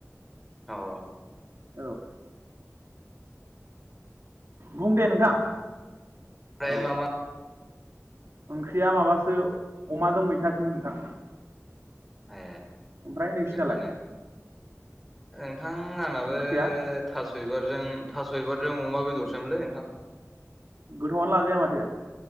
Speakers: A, in the centre; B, on the right.
A: औ
B: औ बुं दे नोंथां
A: ओमफ्राय
B: औ।
A: मा मा
B: ओंख्रिया माबासो अमाजों मैथासोमोन नोंथां।
A: ए
B: ओमफ्राय नोंसिनालाय
A: गोथ'आनो नोंथां आंनाबो
B: ओंख्रिया
A: थास' बिबारजों थास' बिबारजों अमा बेदरसोममोनलै नोंथां।
B: गोथौनो लाजाया माथो।